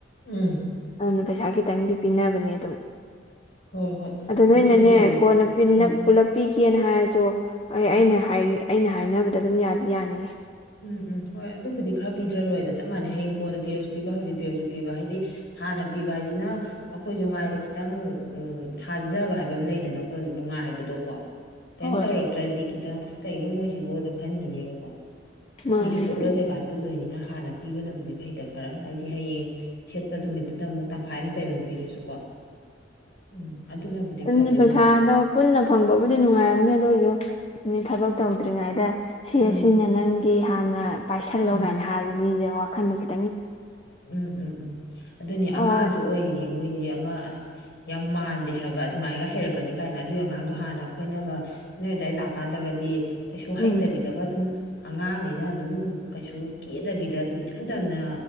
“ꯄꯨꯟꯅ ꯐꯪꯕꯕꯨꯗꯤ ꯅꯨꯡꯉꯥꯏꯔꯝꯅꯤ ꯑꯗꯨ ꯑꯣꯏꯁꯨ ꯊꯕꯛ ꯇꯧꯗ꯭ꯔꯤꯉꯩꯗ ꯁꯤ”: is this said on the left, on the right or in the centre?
Left